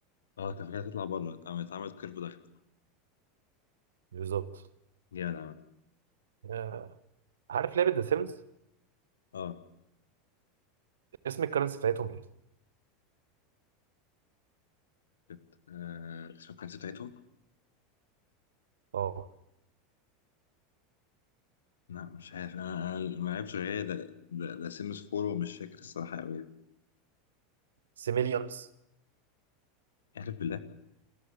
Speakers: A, on the left (about 70°); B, on the right (about 70°).
A: اه كان فكرة تطلع بره اه اتعمل كيرف ضغط
B: بالظبط
A: جامد عامة
B: آه، عارف لعبه ذا سيمز
A: اه
B: اسم الكرنسي بتاعتهم ايه؟
A: كانت آه اسم الكنز بتاعتهم
B: اه
A: لا مش عارف انا انا ما لعبتش غير ده ده, ده سيمس فور ومش فاكر الصراحة قوي
B: سيميليونز
A: اعرف بالله